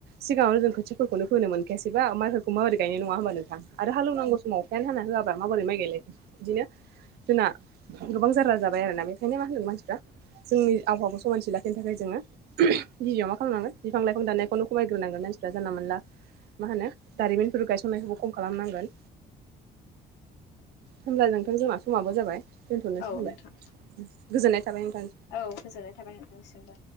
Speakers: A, on the right; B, on the left.
A: सिगाङाव जों खोथिफोरखौनो फोनो मोनखायासैबा माइफोरखौ माबायदि गायनो नङा होनबा नोंथां आरो हालौनांगौ समाव अखायानो हाना होआबा माबोरै माइ गायलायखो बिदिनो जोंना गोबां जारला जाबाय आरोना बेखायनो मा होनदों मानसिफ्रा जोंनि आबहावाखौ समानथि लाखिनो थाखाय जोङो गिबियाव मा खालामनांगोन बिफां लाइफां दाननायखौनो खमाय ग्रोनांगोन मानसिफ्रा जानला मोनला मा होनो दारिमिनफोर गायसननायखौबो खम खालामनांगोन। होमब्ला नोंथां जोंना समाबो जाबाय। दोनथ'नोसै
B: औ
A: होनबा
B: नोंथां
A: गोजोननाय थाबाय नोंथां।
B: औ गोजोननाय थाबाय नोंथांनिसिमबो।